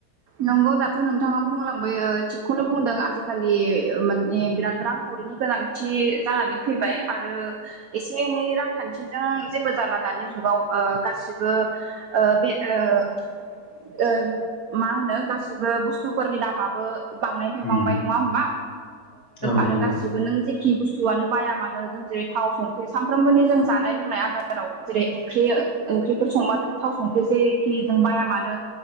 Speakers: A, on the right (about 80°); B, on the left (about 85°).
A: नंगौ दाथ' नोंथाङा बुंलांबाय थिगखौनो बुंदों आजिखालि माने बिराद रांखावरिनि गोनांथि जानानै फैबाय आरो आरो एसे एनै रांखान्थिजों जेबो जाला दानि जुगाव गासिबो बे ओ ओ मा होनो गासिबो बुस्थुफोरनि दामाबो बांनायनिफ्राय
B: उम
A: बांबाय नङा होमबा
B: औ
A: आरो
B: नंगौ
A: गासिबो नों खि बुस्थुआनो बाया मानो जों जेरै थाव संख्रि सानफ्रामबोनि जों जानाय लोंनाय आदाराव जेरै ओंख्रि ओंख्रिफोर संबा जोङो थाव संख्रि जेखि जों बाया मानो